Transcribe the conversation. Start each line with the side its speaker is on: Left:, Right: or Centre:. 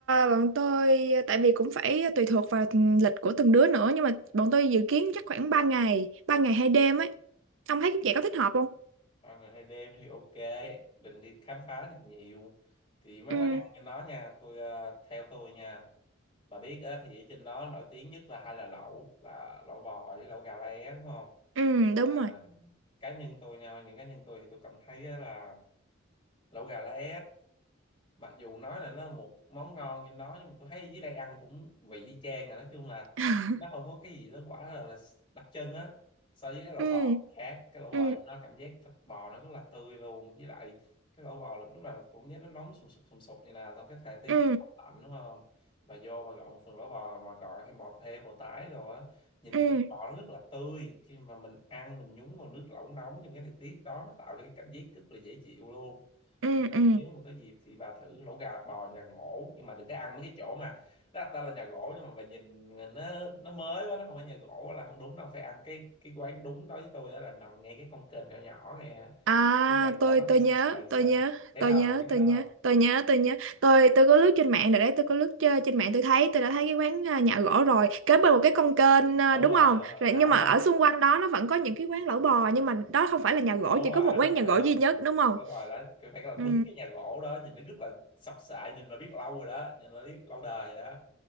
Right: bọn tôi tại vì cũng phải tùy thuộc vào ừ, lịch của từng đứa nữa nhưng mà bọn tôi dự kiến chắc khoảng ba ngày ba ngày hai đêm ấy ông thấy vậy có thích hợp không
Left: ba ngày hai đêm thì ok định đi khám phá thì nhiều thì mấy
Right: ừ
Left: quán ăn trên đó nha tôi ờ, theo tôi nha bà biết á, thì ở trên đó nổi tiếng nhất là hai là lẩu là lẩu bò với lẩu gà lá đúng không
Right: ừ đúng
Left: mà
Right: rồi
Left: cá nhân tôi nha quan điểm cá nhân tôi thì tôi cảm thấy á là lẩu gà lá mặc dù nói là nó là một món ngon trên đó nhưng mà tôi thấy ở dưới đây ăn cũng vị y chang à nói chung là
Right: <laughs>
Left: nó không có cái gì đó quả là, là đặc trưng á so với cái lẩu
Right: ừ
Left: bò khác cái lẩu bò
Right: ừ
Left: thì nó cảm giác thịt bò nó rất là tươi luôn với lại cái lẩu bò lúc nào cũng nhớ nó nóng sùng sục sùng sục như nào trong cái thời tiết
Right: ừ
Left: lạnh đúng không bà vô bà gọi một phần lẩu bò là bà gọi thêm bò thêm bò tái rồi á nhìn
Right: ừ
Left: thịt bò nó rất là tươi khi mà mình ăn mình nhúng vào nước lẩu nóng trong cái thời tiết đó nó tạo cho cái cảm giác rất là dễ chịu luôn
Right: ừ
Left: Tức là
Right: ừ
Left: nếu mà có dịp thì bà thử lẩu gà bò nhà gỗ nhưng mà đừng có ăn mấy cái chỗ mà nó đặt tên là nhà gỗ nhưng mà bà nhìn nó nó mới quá nó không phải nhà gỗ là không đúng đâu phải ăn cái cái quán đúng đối với tôi đó là nằm ngay cái con kênh nhỏ nhỏ này
Right: À,
Left: cái nhà gỗ
Right: tôi
Left: nó
Right: tôi
Left: hay sụp
Right: nhớ,
Left: sệ một
Right: tôi
Left: sơ
Right: nhớ,
Left: biết
Right: tôi
Left: không
Right: nhớ,
Left: bà biết cái
Right: tôi
Left: đó
Right: nhớ,
Left: không
Right: tôi nhớ, tôi nhớ. Tôi tôi có lướt trên mạng rồi đấy, tôi có lướt trên trên mạng tôi thấy, tôi đã thấy cái quán à, nhà gỗ rồi, kế bên một cái con kênh à,
Left: đúng
Right: đúng
Left: rồi
Right: không?
Left: đúng rồi
Right: Rồi
Left: nó
Right: nhưng
Left: đó
Right: mà ở xung quanh đó nó vẫn có những cái quán lẩu bò nhưng mà đó không phải là nhà gỗ,
Left: đúng rồi
Right: chỉ có một
Left: nó không
Right: quán nhà
Left: phải
Right: gỗ
Left: đâu
Right: duy nhất đúng không?
Left: đúng rồi đó cái phải là
Right: Ừ,
Left: đúng cái nhà gỗ đó nhìn nó rất là sập sệ nhìn là biết lâu rồi đó nhìn là biết lâu đời rồi đó